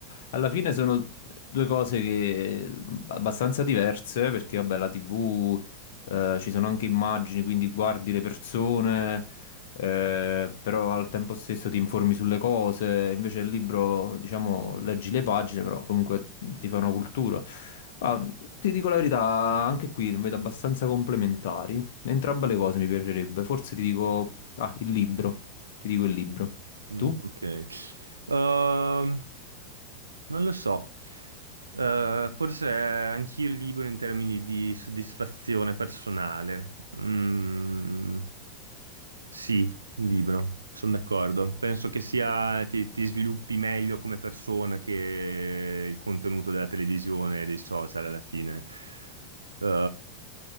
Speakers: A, on the left (about 55°); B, on the right (about 75°).
A: Alla fine sono due cose che mm, abbastanza diverse, perché vabbè, la TV eh, ci sono anche immagini, quindi guardi le persone, eh, però al tempo stesso ti informi sulle cose. Invece il libro, diciamo, leggi le pagine, però comunque mm, ti fa una cultura. Ma ti dico la verità, anche qui vedo abbastanza complementari. Entrambe le cose mi piacerebbe. Forse ti dico, ah, il libro. Ti dico il libro.
B: Mm,
A: Tu?
B: ok. Ehm, non lo so. Eh, forse è anch'io libero in termini di soddisfazione personale. Mm, sì, libero, sono d'accordo. Penso che sia ti, ti sviluppi meglio come persona che il contenuto della televisione e dei social alla fine. Eh,